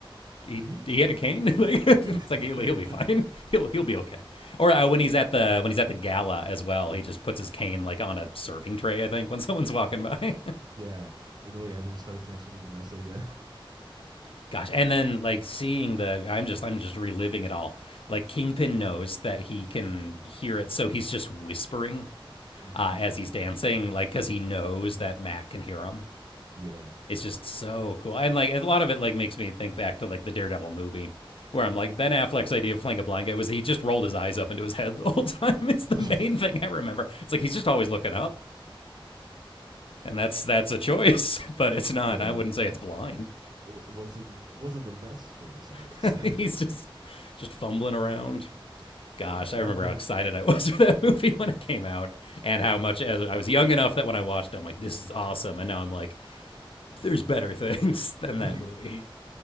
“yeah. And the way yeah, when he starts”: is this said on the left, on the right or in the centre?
Right